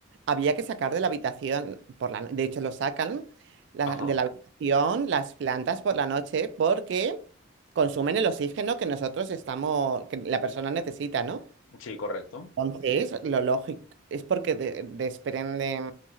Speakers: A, on the right (about 60°); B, on the left (about 75°).
A: había que sacar de la habitación, por la, no- de hecho lo sacan la-
B: Ajá,
A: de la habitación las plantas por la noche porque consumen el oxígeno que nosotros estamos, que la persona necesita, ¿no?
B: sí, correcto.
A: Entonces, lo lógico es porque de- desprenden,